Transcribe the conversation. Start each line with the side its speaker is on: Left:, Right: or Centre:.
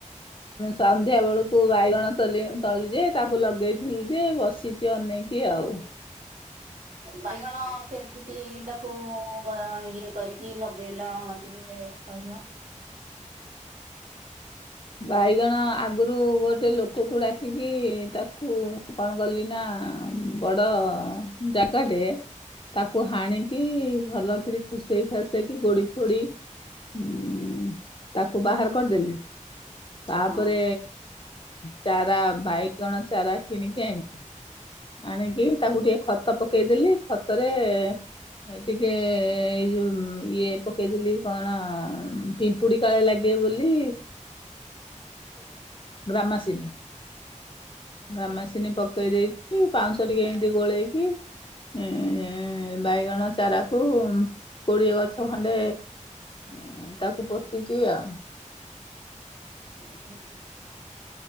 Left: ସନ୍ଧ୍ୟା ବେଳକୁ ବାଇଗଣ ତ ତଳି ଯେ ତାକୁ ଲଗେଇଥିଲି ଯେ ବସିଛି ଟିକେ ଅନେଇକି ଆଉ
Right: ବାଇଗଣ କେମିତି ତାକୁ ଇଏ କରିକି ଲଗେଇଲ ଟିକେ କହିବ
Left: ବାଇଗଣ ଆଗରୁ ଗୋଟେ ଲୋକକୁ ଡାକିକି ତାକୁ କଣ କଲି ନା ବଡ ଜାଗାଟରେ ତାକୁ ହାଣିକି ଭାଲ କିରି ଖୁସେଇ ଖାସେଇକି ଗୋଡି ଫୋଡି ଉଁ ତାକୁ ବାହାର କରିଦେଲି। ତାପରେ
Right: ହଁ
Left: ଚାରା ବାଇଗଣ ଚାରା କିଣିକି ଆଇିଲ ଆଣିକି ତାକୁ ଟିକେ ଖତ ପକେଇଦେଲି ଖତରେ ଏ ଟିକେ ଏଇ ଯୋଉ ଇଏ ପକେଇଥିଲି କଣ ପିମ୍ପୁଡି କାଳେ ଲାଗି ଏ ବୋଲି ଗ୍ରାମାସିିନୀ ଗ୍ରାମାସିନୀ ପ ପକେଇ ଦେଇେଇକି ପାଞ୍ଚଶହ ଟିକେ ଏମତି ଗୋଳେଇକି। ଏ ବାଇଗଣ ଚାରାକୁ କୋଡିଏ ଗଛ ଖଣ୍ଡେ ହଁ ତାକୁ ପୋଟିଚି ଆଉ
Right: ହ <inaudible> ହୁଁ <unintelligible>